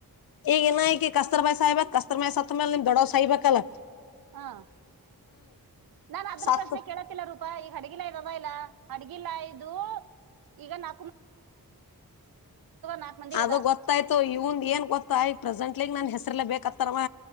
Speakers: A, on the left; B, on the right.
A: ಈಗ ಇನಕಿ ಕಸ್ತೂರಿಬಾಯಿ ಸಾಯಬೇಕ ಕಸ್ತರ್ಮಾಯಿ ಸತ್ ಮೇಲೆ ನಿಮ್ ದೊಡವ್ ಸಹ್ಬೇಕಲ್ಲ
B: ಹಾ ನಾನ ಅದ್ರ
A: ಸತ್
B: ಪ್ರಶ್ನೆ ಕೇಳತ್ತಿಲ್ಲ ರೂಪಾ ಈಗ ಅಡಗಿಲ್ಲ ಇದ ಇಲ್ಲ ಅಡ್ಗಿಲ್ಲಯದು ಈದು ನಾ ನಾಲ್ಕು ಮಂದಿಗೆ
A: ಅದು
B: ಅದ
A: ಗೊತ್ತಾಯ್ತು ಇವನ್ ಏನ್ ಗೊತ್ತಾಯ್ತ ಪ್ರೆಸೆಂಟ್ ಗ್ ನಾನ್ ಹೆಸರಿಲ್ಲ ಬೇಕ್ತರವ